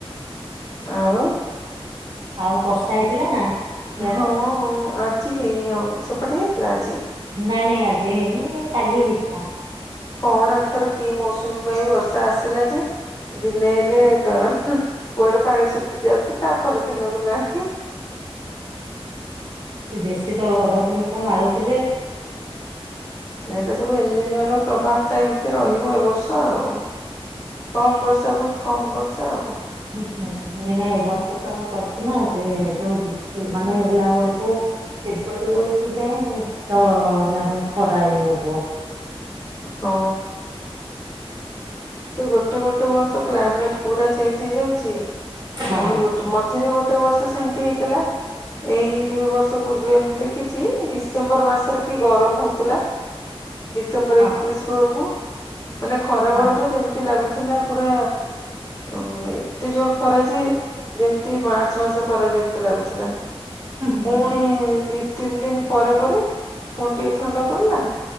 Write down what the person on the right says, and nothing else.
ଆଉ ବର୍ଷା ହେଇଥିଲା ନା। ସେଆଡେ
ନାଇଁ ନାଇଁ ଆଜି ହେଇନି କାଲି ହେଇଥିଲା।
ବେଶୀ ତ ଘଡ ଘଡି ଟା ମାରୁଚି ଯେ
ହୁଁ ହୁଁ ମୁ ନା ଏ ବର୍ଷ ତ କରିଚୁ ନା ଯେ ଯୋଉ ମାନେ ହେଲା ବେଳକୁୁ ଫେବୁଆରୀ ବେଳକୁ ଯାଁଏତ ହେଲାନ ଖରା ଇଏ ହଉଥିବ।
ହଁ
ହଁ
ହଁ
ହୁଁ